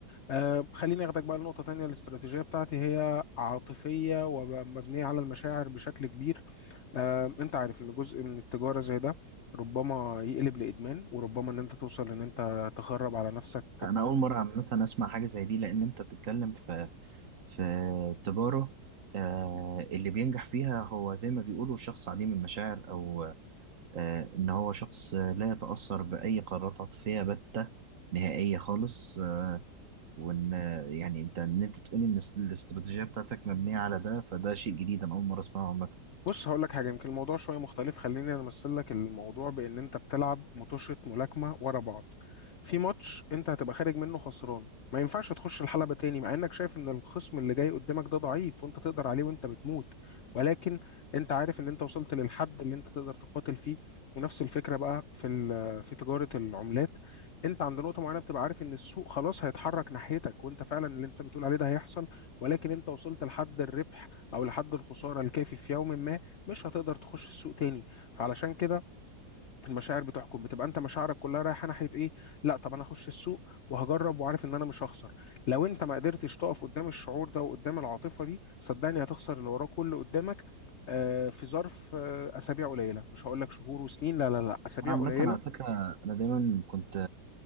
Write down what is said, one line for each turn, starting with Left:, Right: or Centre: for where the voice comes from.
Left: أه خليني أخدك بقى لنقطة تانية الاستراتيجية بتاعتي هي عاطفية ومبنية على المشاعر بشكل كبير أه أنت عارف إن جزء من التجارة زي ده ربما يقلب لإدمان وربما إن أنت توصل إن أنت تخرب على نفسك
Right: انا اول مرة عامة اسمع حاجة زي دي لان انت بتتكلم في في تجارة آه اللي بينجح فيها هو زي ما بيقولوا الشخص عديم المشاعر او آه، إن هو شخص آه، لا يتأثر بأي قرارات عاطفية بتة نهائية خالص آه، وإن آه، يعني أنت إن أنت تقولي إن الس- الاستراتيجية بتاعتك مبنية على ده فده شيء جديد أنا أول مرة أسمعه عامة
Left: بص هقول لك حاجه يمكن الموضوع شويه مختلف خليني انا امثل لك الموضوع بان انت بتلعب مطوشه ملاكمه ورا بعض في ماتش انت هتبقى خارج منه خسران ما ينفعش تخش الحلبه تاني مع انك شايف ان الخصم اللي جاي قدامك ده ضعيف وانت تقدر عليه وانت بتموت ولكن انت عارف ان انت وصلت للحد اللي انت تقدر تقاتل فيه ونفس الفكره بقى في ال- في تجاره العملات انت عند نقطه معينه بتبقى عارف ان السوق خلاص هيتحرك ناحيتك وانت فعلا اللي انت بتقول عليه ده هيحصل ولكن انت وصلت لحد الربح او لحد الخساره الكافي في يوم ما مش هتقدر تخش السوق تاني فعلشان كده المشاعر بتحكم بتبقى انت مشاعرك كلها رايحه ناحيه ايه لا طب انا هخش السوق وهجرب وعارف ان انا مش هخسر لو انت ما قدرتش تقف قدام الشعور ده وقدام العاطفه دي صدقني هتخسر اللي وراه كله قدامك آه في ظرف آه اسابيع قليله مش هقول لك شهور وسنين لا لا لا اسابيع
Right: أنا عامة
Left: قليله
Right: على فكرة أنا دايما كنت